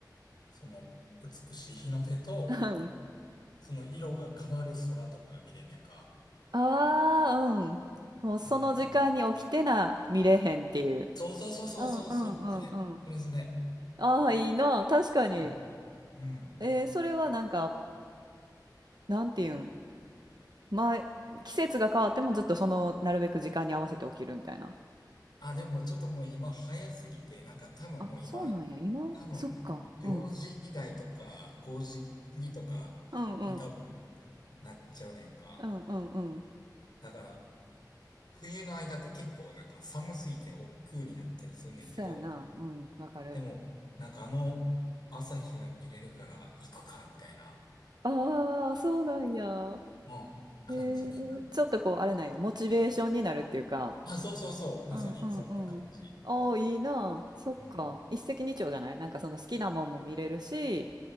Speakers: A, on the left; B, on the right.
A: その、美しい日の出と、
B: うん <laughs>
A: その色が変わる空とかが見れんねやんか。
B: ああー、うん。もうその時間に起きてな、
A: うん。
B: 見れへんっていう。
A: そうそうそうそうそう、
B: うんうんうんうん。
A: それ、それ、それ、それ。
B: ああー、いいな。確かに。
A: うん。うん。
B: えーそれはなんか、なんていうん。前、季節が変わってもずっとその、なるべく時間に合わせて起きるみたいな。
A: あ、でもちょっともう今早すぎて、なんか多分もう今、
B: あ、そうなんや、今そっか、
A: 多分4時台とか5時過ぎとかに多分
B: うん。うんうん。
A: なっちゃうねんか。
B: うんうんうん。
A: だから、冬の間って結構なんか寒すぎて億劫になったりすんねんけど、
B: そうやな。うん、わかる。
A: でも、なんかあの朝日が見れるから行くか、みたいな、
B: ああ、そうなんや。
A: うん、感じになる。
B: えー、ちょっとこう、あれなんや、モチベーションになるっていうか、
A: あ、そうそうそう。まさにそんな感じ。
B: うんうんうん。ああ、いいなそっか。
A: うん。
B: 一石二鳥じゃないなんかその好きなもんも見れるし、